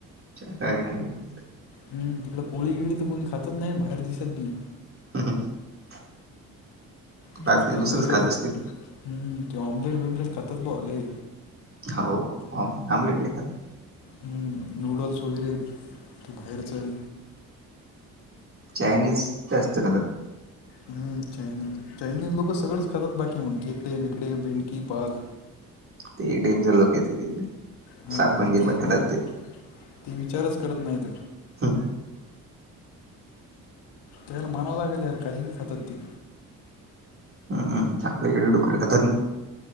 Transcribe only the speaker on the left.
हम्म तिकडं पोळी गिळी तर कोणी खातच नाही बाहेर दिसत बी.
ते
खातात
ब्रेड
हम्म
ते ऑम्लेट बिम्लेट खातात बा लई.
हम्म नूडल्स वगैरे तू बाहेरचं.
हम्म चायनी चायनीज लोकं सगळंच खातात बाकी म्हण खेकडे विकडे भेंडकी पाल
हा
नाही
ते विचारच करत नाहीत.
त्याल माणालागल यार कहीवी खातात ती.